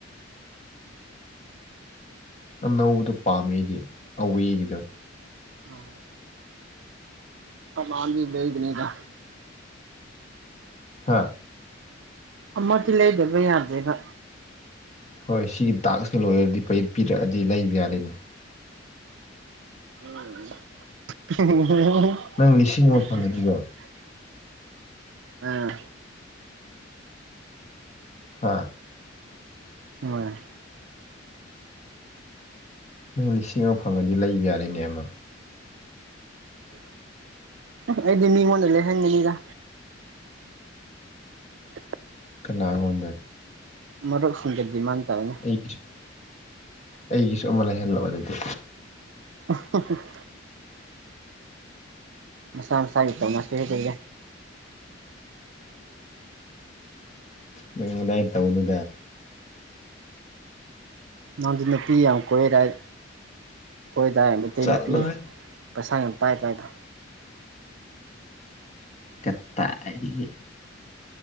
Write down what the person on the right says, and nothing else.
ꯑꯝ ꯑꯃꯥꯡ ꯑꯅꯤ ꯂꯩꯕꯅꯤꯗ
ꯑꯃ ꯗꯤ ꯂꯩꯗꯕ ꯌꯥꯗ꯭ꯔꯦꯕ
ꯎꯝ ꯑꯍꯤꯍꯤ
ꯍꯦꯍꯦꯍꯦ
ꯑꯝ
ꯑꯝ
ꯑꯝ ꯑ ꯑꯩꯗꯤ ꯃꯤꯉꯧꯟꯗ ꯂꯩ ꯍꯟꯒꯅꯤꯗ ꯎꯝ
ꯃꯔꯨꯞꯁꯤꯡ ꯒ ꯗꯤꯃꯥꯟ ꯇꯧꯋꯤꯅꯦ
ꯑꯍꯍꯍ ꯃꯁꯥ ꯃꯁꯥꯕꯤ ꯇꯧ ꯅꯁꯦ ꯂꯩꯔꯦ
ꯅꯪꯗꯤ ꯅꯨꯄꯤ ꯌꯥꯝ ꯀꯣꯏꯔꯦ ꯍꯥꯏ ꯀꯣꯏꯗꯥꯏ ꯃꯩꯇꯩ
ꯅꯨꯄꯤ ꯄꯩꯁꯥ ꯌꯥꯝ ꯄꯥꯏ ꯄꯥꯏꯕ